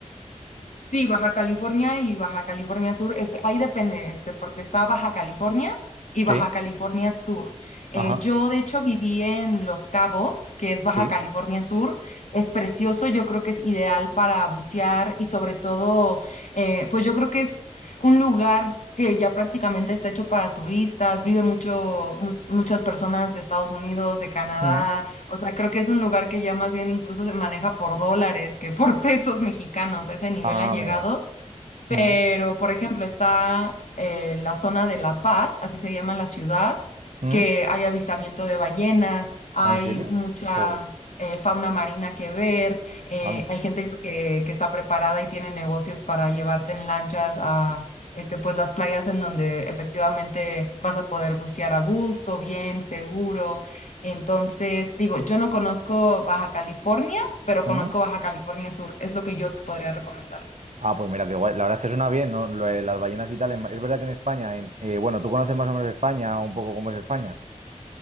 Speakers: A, on the left; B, on the right.
A: Sí, Baja California y Baja California Sur, este, ahí depende, este, porque está Baja California y Baja
B: Sí,
A: California Sur. Eh,
B: ajá,
A: yo, de hecho, viví en Los Cabos, que es Baja
B: sí.
A: California Sur. Es precioso, yo creo que es ideal para bucear y sobre todo, eh, pues yo creo que es un lugar que ya prácticamente está hecho para turistas, vive mucho, mu- muchas personas de Estados Unidos, de Canadá
B: Mm.
A: o sea, creo que es un lugar que ya más bien incluso se maneja por dólares que por <laughs> pesos mexicanos. A ese nivel
B: Ah,
A: ha llegado.
B: amigo.
A: Pero,
B: Mm,
A: por ejemplo, está eh, la zona de La Paz, así se llama la ciudad,
B: mm.
A: que hay avistamiento de ballenas, hay
B: ¿Ah, en serio?
A: mucha
B: Joder,
A: eh, fauna marina que ver, eh,
B: anda.
A: hay gente que, que está preparada y tiene negocios para llevarte en lanchas a este, pues, las playas en donde efectivamente vas a poder bucear a gusto, bien, seguro. Entonces, digo, yo no conozco Baja California, pero conozco
B: Mm.
A: Baja California Sur, es lo que yo te podría recomendar.
B: Ah, pues mira, qué guay. La verdad es que suena bien, ¿no? Lo de las ballenas y tal. En- Es verdad que en España, en- eh, bueno, tú conoces más o menos España, un poco cómo es España.